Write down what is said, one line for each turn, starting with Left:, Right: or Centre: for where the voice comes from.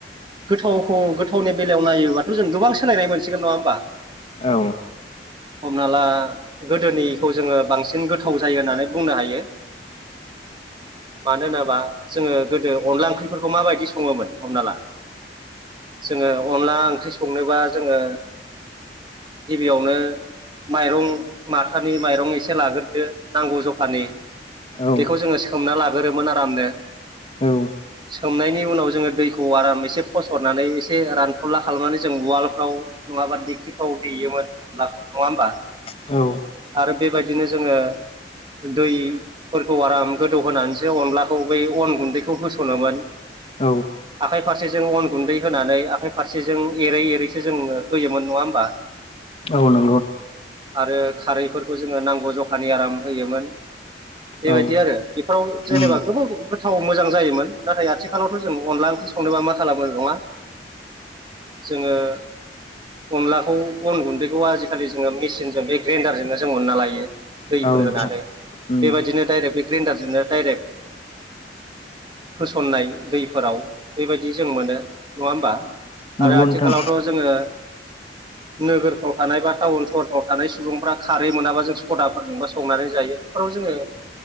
Right: गोथावखौ गोथावनि बेलायाव नायोबाथ' जों गोबां सोलायनाय मोनसिगोन नङा होमबा
Left: औ
Right: हमना ला गोदोनिखौ जोङो बांसिन गोथाव जायो होननानै बुंनो हायो मानोनाबा जोङो गोदो अनला ओंख्रिफोरखौ माबायदि सङोमोन हमना ला जोङो अनला ओंख्रि संनोबा जोङो गिबियावनो माइरं माथानि माइरं एसे लाग्रोदो नांगौ जखानि
Left: औ
Right: बेखौ जोङो सोमना लागोरोमोन आरामनो
Left: औ
Right: सोमनायनि उनाव जोङो दैखौ आराम एसे फसरनानै एसे रानफुदला खालामनानै जों उवालफ्राव नङाबा दिखिफ्राव देयोमोन अनलाखौ नङा होमबा
Left: औ
Right: आरो बेबायदिनो जोङो दैफोरखौ आराम गोदौ होनानैसो अनलाखौ बै अन गुन्दैखौ होस'नोमोन
Left: औ
Right: आखाइ फारसेजों अन गुन्दै होनानै आखाइ फारसेजों एरै एरैसो जोङो होयोमोन नङा होमबा
Left: औ नो
Right: आरो खारैफोरखौ जोङो नांगौ जखानि आराम होयोमोन बेबायदि
Left: औ
Right: आरो बेफोराव जेनेबा
Left: उम औ
Right: गोबाव गो -थाव मोजां जायोन नाथाय आथिखालावथ' जों अनला ओंख्रि संनोबा मा खालामो नङा जोङो अनलाखौ बन गुन्दैखौ आजिखालि जोङो मेचिनजों बे ग्रेनदारजोंनो जों उनना लायो दैफोर
Left: नोंथां
Right: होनानै
Left: उम
Right: बेबायदिनो डाइरेक्ट बे ग्रेन्डारजोंनो डाइरेक्ट होसन्नाय दैफोराव बेबायदि जों मोनो नङा होमबा
Left: नंगौ
Right: आरो आथिखालावथ'
Left: नोंथां
Right: जोङो नोगोरफ्राव थानाय बा टाउन सहरफ्राव थानाय सुबुंफ्रा खारै मोनाबा जों सदाफोरजोंबा संनानै जायो बेफोराव जोङो